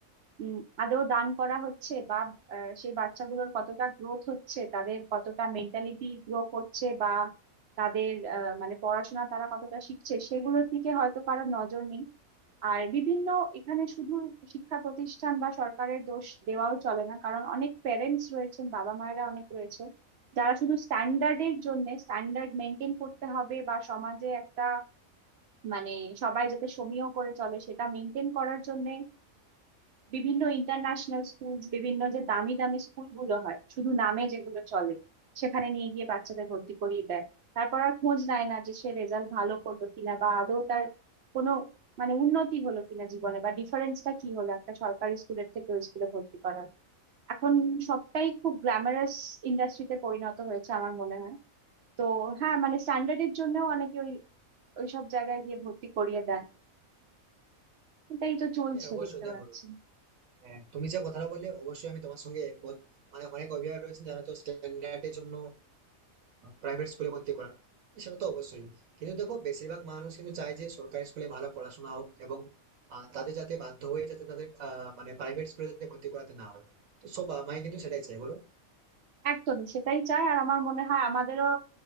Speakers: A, on the right; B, on the right.
A: উম, আদৌ দান করা হচ্ছে বা আহ, সেই বাচ্চাগুলোর কতটা গ্রোথ হচ্ছে তাদের কতটা মেন্টালিটি গ্রো করছে বা তাদের আহ, মানে পড়াশোনা তারা কতটা শিখছে সেগুলোর দিকে হয়তো কারোর নজর নেই আর বিভিন্ন এখানে শুধু শিক্ষা প্রতিষ্ঠান বা সরকারের দোষ দেওয়াও চলে না কারণ অনেক প্যারেন্টস রয়েছেন বাবা মায়েরা অনেক রয়েছে যারা শুধু স্ট্যান্ডার্ডের জন্য স্ট্যান্ডার্ড মেনটেন করতে হবে বা সমাজে একটা মানে সবাই যাতে সমীহ করে চলে সেটা মেনটেন করার জন্য বিভিন্ন ইন্টারন্যাশনাল স্কুলস বিভিন্ন যে দামি দামি স্কুলগুলো হয় শুধু নামে যেগুলো চলে সেখানে নিয়ে গিয়ে বাচ্চাদের ভর্তি করিয়ে দেয় তারপর আর খোঁজ নেয় না যে সে রেজাল্ট ভালো করলো কিনা বা আদৌ তার কোনো মানে উন্নতি হলো কিনা জীবনে বা ডিফারেন্সটা কি হলো একটা সরকারি স্কুলের থেকে ওই স্কুলে ভর্তি করার এখন সবটাই খুব গ্ল্যামারাস ইন্ডাস্ট্রিতে পরিণত হয়েছে আমার মনে হয় তো হ্যাঁ মানে স্ট্যান্ডার্ডের জন্যও অনেকে ওই ওইসব জায়গায় গিয়ে ভর্তি করিয়ে দেন এটাই তো চলছে
B: হ্যাঁ অবশ্যই
A: দেখতে
B: দেখো
A: পাচ্ছি
B: হ্যাঁ, তুমি যে কথাটা বললে অবশ্যই আমি তোমার সঙ্গে একমত মানে অনেক অভিভাবক রয়েছেন যারা তো স্ট্যান্ডার্ডের জন্য প্রাইভেট স্কুলে ভর্তি করা সেটা তো অবশ্যই কিন্তু দেখো বেশিরভাগ মানুষ কিন্তু চায় যে সরকারি স্কুলে ভালো পড়াশোনা হোক এবং আহ, তাদের যাতে বাধ্য হয়ে যাতে তাদের আহ, মানে প্রাইভেট স্কুলে যাতে ভর্তি করাতে না হয় তো সব মাই কিন্তু সেটাই চাই বলো
A: একদমই সেটাই চাই আর আমার মনে হয় আমাদেরও